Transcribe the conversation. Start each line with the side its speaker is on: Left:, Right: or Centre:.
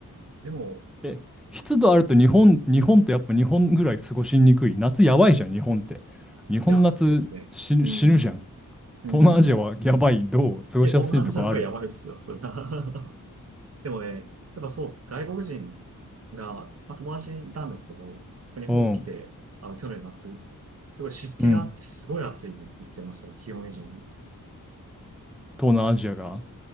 Right: でも、
Centre: え、湿度あると日本、日本ってやっぱ日本ぐらい過ごしにくい。夏やばいじゃん、日本って。日本の夏死ぬ、
Right: いや、ですね。うん、
Centre: 死ぬじゃん。
Right: うん。
Centre: 東南アジアはやばい。どう過ごしやすいとこある
Right: いや、東南アジアの方がやばいっすよ、それは。<laughs> でもね、やっぱそう、外国人が、まあ、友達いたんですけど、日本に来て、
Centre: うん。
Right: あの、去年の夏、すごい湿気があって、
Centre: うん。
Right: すごい暑いねって言ってました、気温以上に。
Centre: 東南アジアが。